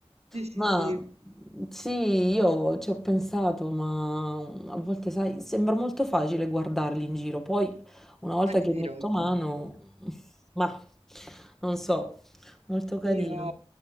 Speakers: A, on the right; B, in the centre.
A: Sì, sì,
B: Ma
A: sì.
B: sì, io ci ho pensato, ma a volte, sai, sembra molto facile guardarli in giro, poi una volta
A: Ma
B: che
A: ti dirò.
B: metto
A: <laughs>
B: mano, <laughs> ma non so, molto carino.
A: Io,